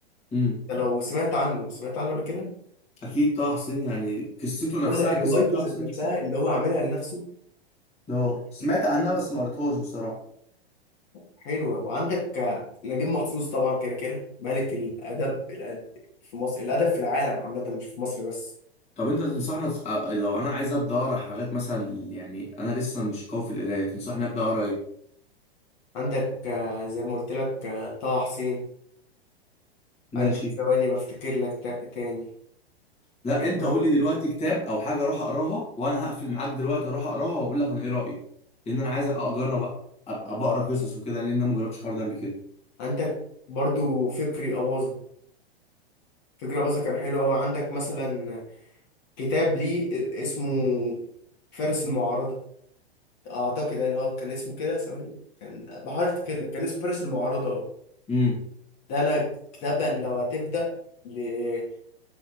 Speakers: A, on the left (about 20°); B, on the left (about 45°).
A: امم
B: أنت لو سمعت عنه سمعت عنه قبل كده
A: اكيد طه حسين يعني قصته نفسها
B: بقول لك
A: قصه
B: روايته
A: طه
B: ذات
A: حسين
B: نفسها
A: نفسها
B: اللي هو عاملها لنفسه
A: اه
B: لا
A: سمعت
B: يعني
A: عنها
B: حلوه
A: بس ما قريتهاش بصراحة
B: حلوه وعندك آه، نجيب محفوظ طبعا كده كده ملك الادب الأد- في مصر الادب في العالم عامه مش في مصر بس
A: طب انت تنصحنا في... أ- لو انا عايز ابدا اقرا حاجات مثلا يعني انا لسه مش قوي في القرايه تنصحني ابدا اقرا ايه
B: عندك آه، زي ما قلت لك آه، طه حسين
A: ماشي
B: عندك ثواني بفتكر لك تا- تاني
A: لا
B: كان
A: انت
B: في واحد-
A: قول لي دلوقتي كتاب او حاجه اروح اقراها وانا هقفل معاك دلوقتي اروح اقراها واقول لك انا ايه رايي لان انا عايز أ- اجرب أ- ابقى بقرا قصص وكده لان انا ما جربتش الحوار ده قبل كده
B: عندك برضو فكري أباظة فكري أباظة كان حلو أوي عندك مثلا كتاب ليه آه، اسمه فارس المعارضة أعتقد يعني أه كان اسمه كده ثواني كان بحاول أفتكر لك كان اسمه فارس المعارضة أه
A: امم
B: ده أنا كتاب أن لو هتبدأ لفكري